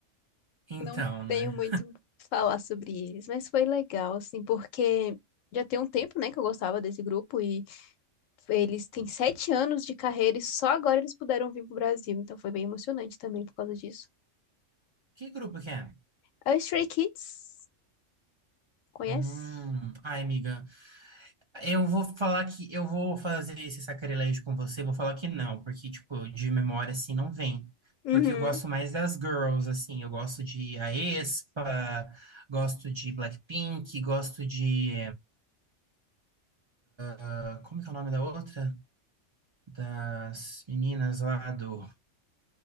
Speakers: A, on the right (about 25°); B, on the left (about 85°).
A: Então,
B: Não
A: né?
B: tenho muito o que falar sobre eles, mas foi legal, assim, porque já tem um tempo, né, que eu gostava desse grupo e eles têm sete anos de carreira e só agora eles puderam vir pro Brasil, então foi bem emocionante também por causa disso.
A: Que grupo que é?
B: É o Stray Kids, conhece?
A: Hum, ai, amiga, Eu vou falar que eu vou fazer esse sacrilégio com você, vou falar que não, porque, tipo, de memória, assim, não vem.
B: Uhum.
A: Porque eu gosto mais das girls, assim, eu gosto de aespa, gosto de Blackpink, gosto de... ah, como que é o nome da outra? Das meninas lá do